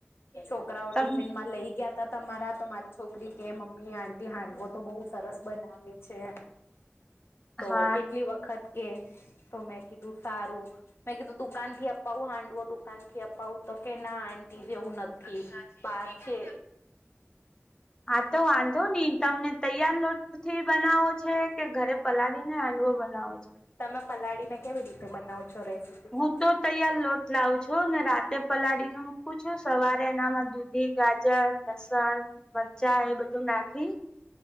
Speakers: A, on the left (about 55°); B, on the left (about 15°).
A: છોકરાઓ ટિફિન
B: તમ
A: માં લઈ. ક્યા હતા, તમારા તો મારી છોકરી કે મમ્મી આટી હાંડવો તો બહુ સરસ બનાવે છે. તો
B: હા
A: કેટલી વખત કે તો મેં કીધું સારું. મેં કીધું દુકાન થી અપાવું હાંડવો દુકાન થી અપાવું તો કે, ના આટી જેવું નથી. માર છે.
B: હા, તો વાંધો નહી, તમને તૈયાર લોટ થી. બનાવો છે કે, ઘરે પલાળ ને હાંડવો બનાવો છે.
A: તમે પલાળી ને, કેવી રીતે બનાવ છો રેસીપી. કોને
B: હું તો
A: મને
B: તૈયાર લોટ લાવું છો ને, રાતે પલાળીને મૂકું છું, સવારે એનામાં દૂધી, ગાજર, લસણ. મરચા એ બધું નાખી,